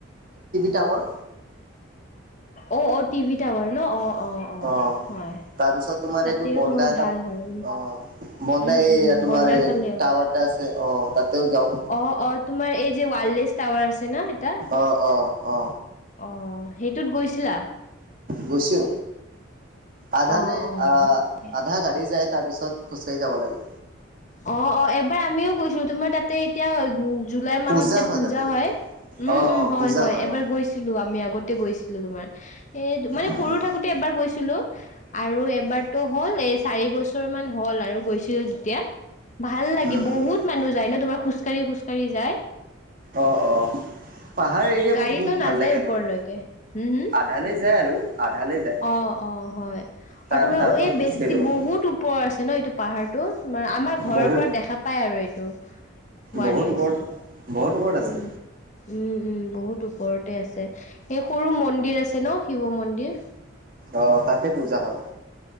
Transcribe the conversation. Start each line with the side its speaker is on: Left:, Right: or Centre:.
Right: টাৱাৰ
Left: অ অ টিভি টাৱাৰ ন অ। অঁ অঁ
Right: অ'
Left: হয়
Right: তাৰপিছত তোমাৰ
Left: তাতেও
Right: এইটো বন্দা
Left: তোমাৰ
Right: এটাত
Left: ভাল হয়।
Right: অ' বন্দা
Left: উম
Right: এই
Left: উম
Right: তোমাৰ
Left: বডাৰ
Right: এই
Left: ফালেও
Right: টাৱাৰ এটা আছে অ' তাতেও যাওঁ
Left: অ অ তোমাৰ এই যে ৱ। টাৱাৰ আছে ন। এটা
Right: অ অ অ।
Left: অ সেইটোত গৈছিলা।
Right: গুচো
Left: অ',
Right: আধালৈ
Left: অ',
Right: আহ
Left: হয়।
Right: আধা গাড়ী যাই তাৰপিছত খোজকাঢ়ি যাব লাগে।
Left: অ', অ', এবাৰ আমিও গৈছো তোমাৰ তাতে এতিয়া উ জুলাই মাহত
Right: পূজা
Left: যে পুজা
Right: তাতে
Left: হয় উম
Right: অ'
Left: উম
Right: অ'
Left: হয়
Right: পূজা
Left: হয় এবাৰ
Right: অ'
Left: গৈছিলো আমি আগতে গৈছিলো। তোমাৰ এ মানে
Right: উম
Left: সৰু থাকোতে এবাৰ গৈছিলো। আৰু এবাৰতো হ'ল এই চাৰি বছৰ মান হ'ল আৰু গৈছিলো যেতিয়া। ভাল লাগে
Right: উম
Left: বহুত
Right: উম
Left: মানুহ যায় ন তোমাৰ খোজকাঢ়ি খোজকাঢ়ি যায়।
Right: অ' অ' পাহাৰ এৰিয়া
Left: গাড়ীটো
Right: মোক বহুত
Left: নাযায়
Right: ভাল লাগে
Left: ওপৰলৈকে
Right: মানে
Left: হম হম।
Right: আধালে যায় আৰু আধালে যায়
Left: অ অ হয়
Right: তাৰ
Left: আৰু
Right: তাৰ
Left: তোমাৰ
Right: পৰা খোজকাঢ়ি
Left: বেছি
Right: যাব
Left: বহুত
Right: লাগে
Left: ওপৰৰ আছে ন এইটো প পাহাৰটো মান আমাৰ ঘৰৰ
Right: বহুত
Left: পৰা দেখা পাই আৰু এইটো বলেছ
Right: বহুত ওপৰত বহুত ওপৰত আছে
Left: উম উম উম বহুত ওপৰতে আছে সেই সৰু মন্দিৰ আছে ন মন্দিৰ
Right: অ তাতে পূজা হয়।